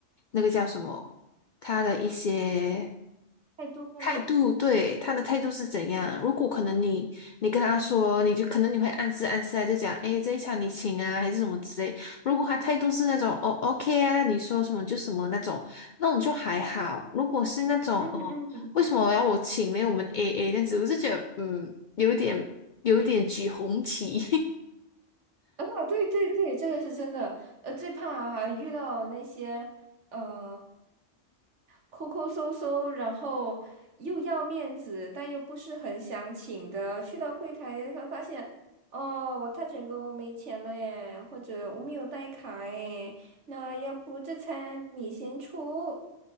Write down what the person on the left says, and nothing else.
那个叫什么，他的一些。
态度，对，他的态度是怎样？如果可能你，你跟他说，你就可能你会暗示暗示啊，就讲，诶，这一场你请啊，还是什么之类。如果他态度是那种，哦，OK 啊，你说什么就什么那种，那种就还好。如果是那种，
哦，为什么要我请呢？我们 AA 这样子，我就觉得，嗯，有点有点举红旗。